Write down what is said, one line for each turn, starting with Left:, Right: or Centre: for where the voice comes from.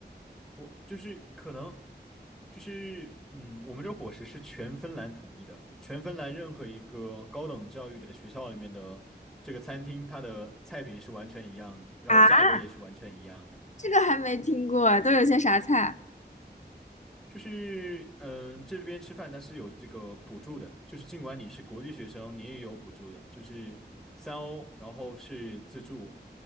Centre: 我就是可能就是嗯，我们这伙食是全芬兰统一的，全芬兰任何一个高等教育的学校里面的这个餐厅，它的菜品是完全一样的，然后价格也是完全一样的。
Left: 样啊？这个还没听过，都有些啥菜？
Centre: 就是嗯，这边吃饭它是有这个补助的，就是尽管你是国际学生，你也有补助的，就是三欧，然后是自助，